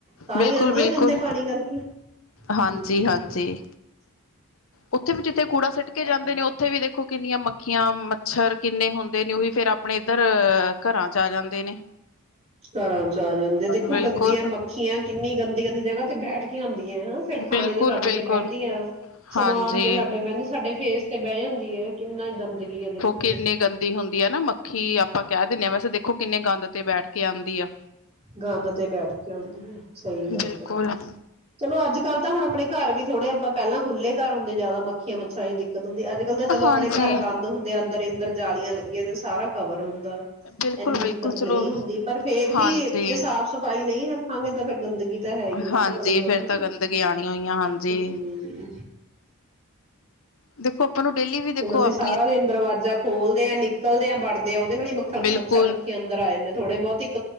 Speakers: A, on the right (about 25°); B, on the left (about 65°).
A: ਤਾਂ
B: ਬਿਲਕੁਲ-ਬਿਲਕੁਲ।
A: ਹੀ ਆਉਂਦੀ ਹੈ ਗੰਦੇ ਪਾਣੀ ਕਰਕੇ।
B: ਹਾਂਜੀ-ਹਾਂਜੀ,
A: ਹੂੰ।
B: ਉੱਥੇ ਵੀ ਜਿੱਥੇ ਕੂੜਾ ਸਿੱਟ ਕੇ ਜਾਂਦੇ ਨੇ ਉੱਥੇ ਵੀ ਦੇਖੋ ਕਿੰਨੀਆਂ ਮ ਮਖੀਆਂ, ਮੱਛਰ। ਕਿੰਨੇ ਹੁੰਦੇ ਨੇ ਉਹ ਵੀ ਫੇਰ ਆਪ ਆਪਣੇ ਇੱਧਰ ਘਰਾਂ ਚ ਆ ਜਾਂਦੇ ਨੇ।
A: ਘਰਾਂ ਚ ਆ ਜਾਂਦੇ। ਦੇਖੋ
B: ਬਿਲਕੁਲ,
A: ਗੰਦੀਆਂ ਮੱਖੀਆਂ ਕਿੰਨੀ ਗੰਦੀ ਗੰਦੀ ਜਗ੍ਹਾ ਤੇ ਬੈਠ ਕੇ ਆਉਂਦੀਆਂ। ਫੇਰ ਖਾਣੇ
B: ਬਿਲਕੁਲ-ਬਿਲਕੁਲ
A: ਤੇ ਸਾਡੇ ਤੇ ਬਹਿੰਦੀਆਂ ਸਮਾਨ
B: ਹਾਂਜੀ।
A: ਤੇ ਸਾਡੇ ਬਹਿੰਦੀ ਸਾਡੇ ਫੇਸ ਤੇ ਬਹਿ ਜਾਂਦੀ ਹੈ। ਕਿੰਨਾ ਗੰਦਗੀ ਆ ਦੇਖੋ।
B: ਕਿੰਨੀ
A: ਇਹ
B: ਗੰਦੀ ਹੁੰਦੀ ਹੈ ਨਾ ਮੱਖੀ ਆਪਾਂ ਕਹਿ ਦਿੰਨੇ ਆ ਵੈਸੇ ਦੇਖੋ ਕਿੰਨੇ ਗੰਦ ਤੇ ਬੈਠ ਕੇ ਆਉਂਦੀ ਆ।
A: ਗੰਦ ਤੇ ਬੈਠ ਕੇ ਆਉਂਦੀ ਆ ਸਹੀ ਗੱਲ
B: ਬਿਲਕੁਲ।
A: ਆ
B: ਘਰ
A: ਚਲੋ ਅੱਜ ਕੱਲ ਤਾਂ ਹੁਣ ਆਪਣੇ ਘਰ ਵੀ ਥੋੜੇ ਆਪਾਂ ਪਹਿਲਾਂ ਖੁੱਲ੍ਹੇ ਘਰ ਹੁੰਦੇ। ਜਿਆਦਾ ਮੱਖੀਆਂ ਮੱਛਰਾਂ ਦੀ ਦਿੱਕਤ ਹੁੰਦੀ। ਅੱਜ ਕੱਲ ਤਾਂ ਚਲੋ
B: ਹਾਂਜੀ,
A: ਆਪਣੇ ਘਰ ਬੰਦ ਹੁੰਦੇ ਆ। ਅੰਦਰ ਅੰਦਰ। ਜਾਲੀਆਂ ਲੱਗੀਆਂ ਤੇ ਸਾਰਾ ਕਵਰ ਹੁੰਦਾ।
B: ਬਿਲਕੁਲ-ਬਿਲਕੁਲ
A: ਇਨੀ ਦਿੱਕਤ
B: ਚਲੋ
A: ਨਹੀਂ ਹੁੰਦੀ ਪਰ ਫੇਰ ਵੀ
B: ਹਾਂਜੀ।
A: ਜੇ ਸਾਫ਼ ਸਫ਼ਾਈ ਨਹੀਂ ਰੱਖਾਂਗੇ ਤਾਂ ਫੇਰ ਗੰਦਗੀ ਤਾਂ ਹੈ ਹੀ ਦੇਖੋ
B: ਹਾਂਜੀ
A: ਆਲੇ ਦੁਆਲੇ
B: ਫੇਰ
A: ਹਨਾ।
B: ਤਾਂ ਗੰਦਗੀ ਆਣੀ ਹੋਈਆਂ ਹਾਂਜੀ।
A: ਹੂੰ।
B: ਦੇਖੋ। ਨੂੰ ਡੇਲੀ ਵੀ ਦੇਖੋ
A: ਹੁਣ ਅਸੀਂ
B: ਆਪਣੀ
A: ਸਾਰਾ ਦਿਨ ਦਰਵਾਜ਼ਾ ਖੋਲਦੇ ਹਾਂ, ਨਿਕਲਦੇ ਆ, ਵੜਦੇ ਆ। ਉਹਦੇ ਨਾਲ ਹੀ ਮਰ
B: ਬਿਲਕੁਲ।
A: ਮੱਛਰ ਮੱਖੀਆਂ ਅੰਦਰ ਆ ਜਾਂ ਨੇ ਥੋੜ੍ਹੇ ਬਹੁਤ ਹੀ